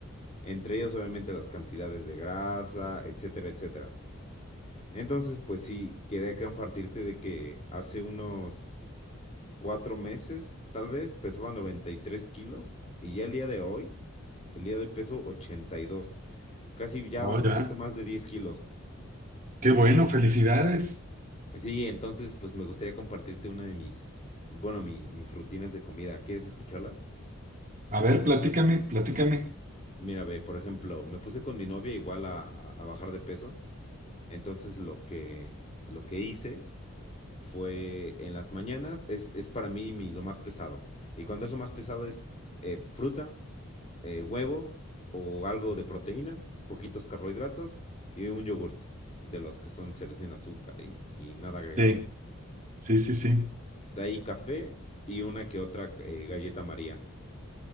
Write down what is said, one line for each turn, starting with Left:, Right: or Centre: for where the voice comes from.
Left: entre ellos obviamente las cantidades de grasa, etcétera, etcétera. Entonces, pues sí, quería compartirte de que hace unos cuatro meses, tal vez, pesaba 93 kilos y ya el día de hoy, el día de hoy peso 82, casi ya
Right: Oh,
Left: bajé
Right: ya.
Left: un poquito más de 10 kilos.
Right: Qué bueno, felicidades.
Left: Sí, entonces, pues me gustaría compartirte una de mis, bueno, mi- mis rutinas de comida. ¿Quieres escucharlas?
Right: A ver, platícame, platícame.
Left: Mira, ve, por ejemplo, me puse con mi novia igual a, a- a bajar de peso. Entonces lo que, lo que hice fue en las mañanas, es, es para mí mi, lo más pesado. Y cuando es lo más pesado es eh, fruta, eh, huevo o algo de proteína, poquitos carbohidratos y un yogurt, de los que son cero sin azúcar y, y nada agregado.
Right: Sí, sí, sí, sí.
Left: De ahí café y una que otra eh, galleta María.